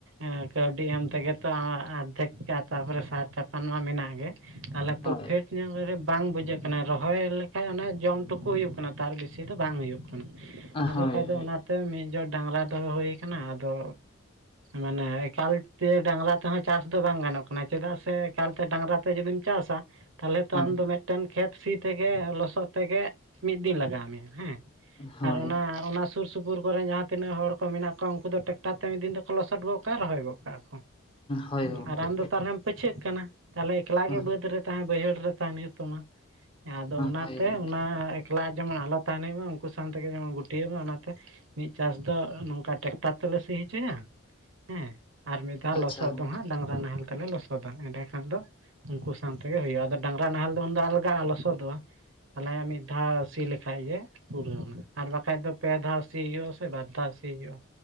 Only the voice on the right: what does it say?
ᱮᱜ ᱠᱟᱹᱣᱰᱤ ᱮᱢ ᱛᱮᱜᱮ ᱛᱚ ᱟᱢ ᱟᱫᱷᱮᱠ ᱛᱟᱯᱚᱨᱮ ᱥᱟᱨ ᱪᱟᱯᱟᱱ ᱢᱟ ᱢᱮᱱᱟᱜ ᱜᱮ ᱛᱟᱦᱞᱮ ᱯᱳᱯᱮᱷᱴ
ᱨᱮ ᱵᱟᱝ ᱵᱩᱡᱷᱟᱹᱜ ᱠᱟᱱᱟ ᱨᱚᱦᱚᱭ ᱞᱮᱠᱷᱟᱡ ᱚᱱᱟ ᱡᱚᱢ ᱴᱩᱠᱩ ᱦᱩᱭᱩᱜ ᱠᱟᱱᱟ ᱛᱟᱨ ᱵᱤᱥᱤ ᱫᱚ ᱵᱟᱝ ᱦᱩᱭᱩᱜ ᱠᱟᱱᱟ ᱟᱫᱚ
ᱠᱷᱟᱡ ᱫᱚ
ᱚᱱᱟᱛᱮ ᱢᱤᱫ ᱡᱚᱨ ᱰᱟᱝᱨᱟ ᱫᱚᱦᱚ ᱦᱳᱭ ᱠᱟᱱᱟ ᱟᱫᱚ ᱢᱟᱱᱮ ᱮᱠᱟᱞᱛᱮ ᱰᱟᱝᱨᱟ ᱛᱮᱦᱚᱸ ᱪᱟᱥ ᱫᱚ ᱵᱟᱝ ᱜᱟᱱᱚᱜ ᱠᱟᱱᱟ ᱪᱮᱫᱟᱜ ᱥᱮ ᱮᱠᱟᱞ ᱛᱮ ᱰᱟᱝᱨᱟ ᱛᱮ ᱡᱩᱫᱤᱢ ᱪᱟᱥᱟ ᱛᱟᱦᱚᱞᱮ ᱛᱚ
ᱟᱢ ᱫᱚ ᱢᱮᱫᱴᱮᱱ ᱠᱷᱮᱛ ᱥᱤ ᱛᱮᱜᱮ ᱞᱚᱥᱚᱫ ᱛᱮᱜᱮ ᱢᱤᱫ ᱫᱤᱱ ᱞᱟᱜᱟᱣ ᱢᱮᱭᱟ ᱦᱮᱸ
ᱟᱨ ᱚᱱᱟ ᱚᱱᱟ ᱥᱩᱨ ᱥᱩᱯᱩᱨ ᱠᱚᱨᱮᱱ ᱡᱟᱦᱟᱸ ᱛᱤᱱᱟᱹᱜ ᱦᱚᱲ ᱠᱚ ᱢᱮᱱᱟᱜ ᱠᱚᱣᱟ ᱩᱱᱠᱩ ᱫᱚ ᱴᱮᱟᱠᱴᱟᱨ ᱛᱮ ᱢᱤᱫ ᱫᱤᱱ ᱛᱮᱠᱚ ᱞᱚᱥᱚᱫ ᱜᱚᱫ ᱠᱟᱜᱼᱟ ᱨᱚᱦᱚᱭ ᱜᱚᱫ ᱠᱟᱜᱼᱟ ᱠᱚ
ᱩ‌
ᱟᱨ ᱟᱢ ᱫᱚ ᱛᱟᱞᱦᱮᱢ ᱯᱟᱹᱪᱷᱟᱹᱜ ᱠᱟᱱᱟ ᱛᱟᱞᱦᱮ ᱮᱠᱞᱟ
ᱜᱮ ᱵᱟᱹᱫᱽ ᱨᱮ ᱛᱟᱦᱮᱸ ᱵᱟᱹᱭᱦᱟᱹᱲ ᱛᱟᱦᱮᱱ ᱦᱩᱭᱩᱜ ᱛᱟᱢᱟ ᱟᱫᱚ ᱚᱱᱟᱛᱮ
ᱚᱱᱟ ᱮᱠᱞᱟ ᱡᱮᱢᱚᱱ ᱟᱞᱚ ᱛᱟᱦᱮᱱ ᱦᱩᱭᱩᱜ ᱢᱟ ᱩᱱᱠᱩ ᱥᱟᱶᱛᱮ ᱜᱮ ᱡᱮᱢᱚᱱ ᱜᱩᱴᱤᱭᱟᱹᱜ ᱢᱟ ᱚᱱᱟᱛᱮ ᱢᱤᱫ ᱪᱟᱥ ᱫᱚ ᱱᱚᱝᱠᱟ ᱴᱮᱟᱠᱴᱟᱨ ᱛᱮᱞᱮ ᱥᱤ ᱦᱚᱪᱚᱭᱟ ᱦᱮᱸ ᱟᱨ ᱢᱤᱫ ᱫᱷᱟᱣ
ᱞᱚᱥᱚᱫ
ᱫᱚ ᱦᱟᱸᱜ ᱰᱟᱝᱨᱟ ᱱᱟᱦᱮᱞ ᱛᱮᱞᱮ ᱞᱚᱥᱚᱫᱟ ᱮᱸᱰᱮ ᱠᱷᱟᱱ ᱫᱚ ᱩᱱᱠᱩ ᱥᱟᱶᱛᱮ ᱜᱮ ᱦᱩᱭᱩᱜᱼᱟ ᱰᱟᱝᱨᱟ ᱱᱟᱦᱮᱞ ᱫᱚ ᱩᱱᱫᱚ ᱟᱞᱜᱟᱜᱼᱟ ᱞᱚᱥᱚᱫᱚᱜᱼᱟ ᱛᱟᱦᱚᱞᱮ ᱢᱤᱫ ᱫᱷᱟᱣ ᱥᱤ ᱞᱮᱠᱷᱟᱡ ᱜᱮ ᱯᱩᱨᱟᱹᱣᱱᱟ ᱟᱨ ᱵᱟᱠᱷᱟᱡ ᱫᱚ ᱯᱮ ᱫᱷᱟᱣ ᱥᱤ ᱦᱳᱭᱳᱟ ᱥᱮ ᱵᱟᱨ ᱫᱷᱟᱣ ᱥᱤ ᱦᱳᱭᱳᱼᱟ